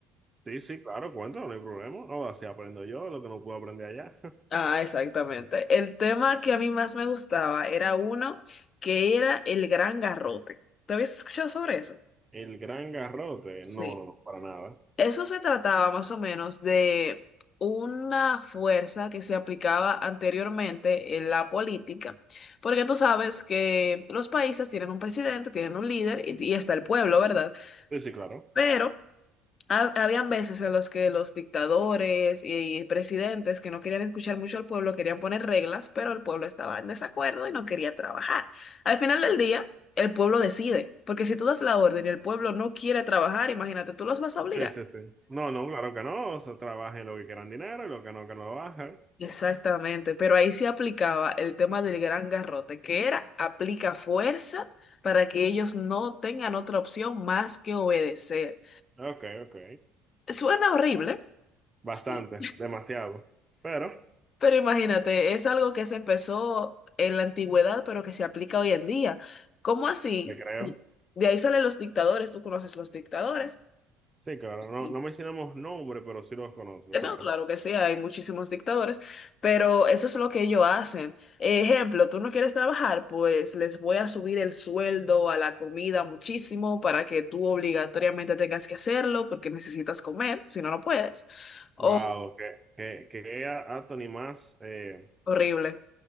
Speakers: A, on the right; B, on the left.
A: Sí, sí, claro, Cuéntalo, no hay problema. O así aprendo yo lo que no puedo aprender allá. <laughs>
B: Ah, exactamente. El tema que a mí más me gustaba era uno que era el gran garrote. ¿Te habías escuchado sobre eso?
A: El gran garrote,
B: Sí.
A: no, no, no, para nada.
B: Eso se trataba más o menos de una fuerza que se aplicaba anteriormente en la política, porque tú sabes que los países tienen un presidente, tienen un líder y, y está el pueblo, ¿verdad?
A: Sí, sí, claro.
B: Pero Ha- habían veces en los que los dictadores y presidentes que no querían escuchar mucho al pueblo querían poner reglas, pero el pueblo estaba en desacuerdo y no quería trabajar. Al final del día, el pueblo decide, porque si tú das la orden y el pueblo no quiere trabajar, imagínate, tú los vas a obligar.
A: Sí, sí, sí. No, no, claro que no. O sea, trabajen lo que quieran dinero y lo que no, que no lo bajen.
B: Exactamente, pero ahí se aplicaba el tema del gran garrote, que era aplica fuerza para que ellos no tengan otra opción más que obedecer.
A: Ok, ok.
B: Suena horrible.
A: Bastante,
B: sí
A: demasiado. Pero,
B: Pero imagínate, es algo que se empezó en la antigüedad, pero que se aplica hoy en día. ¿Cómo así?
A: te creo.
B: De ahí salen los dictadores, tú conoces los dictadores.
A: Sí, claro. No,
B: Y-
A: no mencionamos nombre, pero sí los conozco,
B: No,
A: claro.
B: claro que sí, hay muchísimos dictadores, pero eso es lo que ellos hacen. Ejemplo, tú no quieres trabajar, pues les voy a subir el sueldo a la comida muchísimo para que tú obligatoriamente tengas que hacerlo porque necesitas comer, si no, no puedes. Oh,
A: Wow, qué, qué, qué Anthony más eh,
B: horrible.